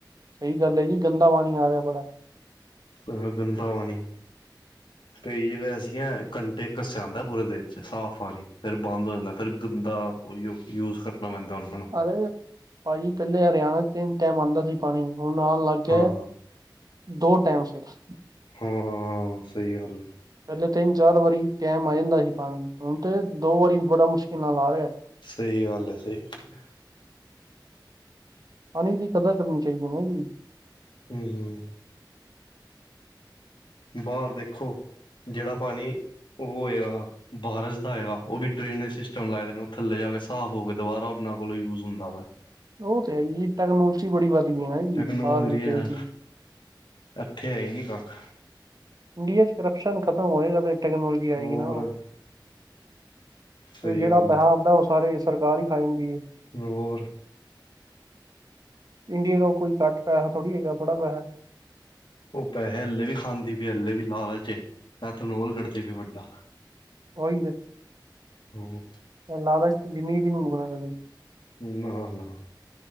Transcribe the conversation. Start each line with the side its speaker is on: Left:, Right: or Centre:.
Right: ਸਈ ਗੱਲ ਏ ਜੀ, ਗੰਦਾ ਪਾਨੀ ਆ ਰਿਆ ਬੜਾ।
Left: ਬੜਾ ਗੰਦਾ ਪਾਨੀ
Right: <inaudible>
Left: ਕਈ ਜਗਾ ਐਸੀਆਂ ਘੰਟੇ ਇਕ ਅਸਤੇ ਆਂਦਾ ਪੂਰੇ ਦਿਨ 'ਚ ਸਾਫ ਪਾਣੀ, ਫਿਰ ਬੰਦ ਹੋ ਜਾਂਦਾ, ਫਿਰ ਗੰਦਾ ਉਈਓ ਯੂਜ਼ ਕਰਨਾ ਪੈਂਦਾ ਓਨਾਂ ਨੂੰ।
Right: ਅਰੇ ਭਾਜੀ ਪਹਿਲੇ ਹਰਿਆਨਾ ਚ ਤਿੰਨ ਟੈਮ ਆਂਦਾ ਸੀ ਪਾਣੀ, ਹੁਨ ਆਨ ਲੱਗ ਗਏ
Left: ਹਾਂ
Right: ਦੋ ਟੈਮ ਸਿਰਫ।
Left: ਹਾਂ -ਹਾਂ ਸਈ ਗੱਲ ਏ।
Right: ਪਹਲੇ ਤਿੰਨ -ਚਾਰ ਵਾਰੀ ਟੈਮ ਆ ਜਾਂਦਾ ਸੀ ਪਾਣੀ, ਹੁਨ ਤੇ ਦੋ ਵਾਰੀ ਬੜਾ ਮੁਸ਼ਕਿਲ ਨਾਲ ਆ ਰੈਆ।
Left: ਸਹੀ ਗੱਲ ਏ, ਸਈ ਗੱਲ ਏ।
Right: ਪਾਣੀ ਦੀ ਕਦਰ ਕਰਨੀ ਚਾਹੀਦੀ ਹਨਾਂ ਜੀ।
Left: ਹੂੰ -ਹੂੰ ਬਾਰ ਦੇਖੋ ਜੈੜਾ ਪਾਣੀ, ਉਹ ਹੋਏਗਾ ਬਾਰਸ਼ ਦਾ ਹੋਏਗਾ ਓ ਵੀ ਡਰੇਨੇਜ ਸਿਸਟਮ ਲਾਏ ਨੇ, ਉ ਥੱਲੇ ਜਾ ਕੇ ਸਾਫ਼ ਹੋ ਕੇ ਦੁਬਾਰਾ ਉਹਨਾਂ ਕੋਲੋਂ ਯੂਜ ਹੁੰਦਾ ਵਾ।
Right: ਉਹ ਤੇ ਹੈ ਜੀ, ਟੈਕਨੋਲੋਜੀ ਬੜੀ ਵੱਧ ਗਈ ਹੈ ਨਾ ਜੀ,
Left: ਟੈਕਨੋਲੋਜੀ
Right: ਬਾਹਰ
Left: ਹੈ
Right: ਦੇਸ਼
Left: ਇੱਥੇ ਏ ਨੀਂ ਕੱਖ।
Right: ਇੰਡੀਆ ਚ ਕਰਪਸ਼ਨ ਖਤਮ ਹੋਏਗਾ ਤੇ ਟੈਕਨੋਲੋਜੀ ਆਏਗੀ
Left: ਹੋਰ
Right: ਨਾ।
Left: ਸਹੀ
Right: ਜੈੜਾ
Left: ਗੱਲ
Right: ਪੈਹਾ
Left: ਏ
Right: ਆਂਦਾ ਓ ਸਾਰੇ ਸਰਕਾਰ ਈ ਖਾ ਜਾਂਦੀ ਏ।
Left: ਹੋਰ?
Right: ਇੰਡੀਆ ਤੋਂ ਕੋਈ ਘਟ ਪੈਹਾ ਥੋੜ੍ਹੀ ਹੈਗਾ, ਬੜਾ ਪੈਹਾ।
Left: ਉ ਪੈਹੇ ਹੱਲੇ ਵੀ ਖਾਂਦੀ ਪਈ ਏ, ਹਲੇ ਵੀ ਲਾਲਚ ਏ ਐਥਨੋਲ ਕਦੀ ਪਈ ਵੱਡਾ।
Right: ਓਈ ਤੇ।
Left: ਹੂੰ
Right: ਲਾਲਚ ਤੇ ਜ਼ਿੰਦਗੀ ਚ ਨੀ ਮੁਕਨਾ ਕਦੀ।
Left: ਨਾ- ਨਾ